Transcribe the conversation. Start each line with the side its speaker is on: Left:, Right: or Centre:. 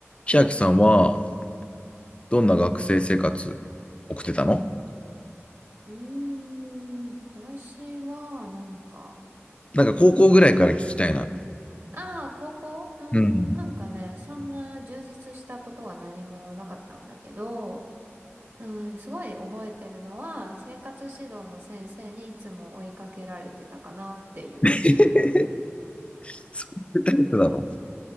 Left: 平木さんはどんな学生生活送ってたの
Right: うーん、私は、なんか、
Left: なんか高校ぐらいから聞きたいな。
Right: ああ、高校うーん、
Left: うん。
Right: なんかね、そんな充実したことは何もなかったんだけど、うん、すごい覚えてるのは、生活指導の先生にいつも追いかけられてたかなっていう記憶。
Left: <laughs> そういうタイプだろ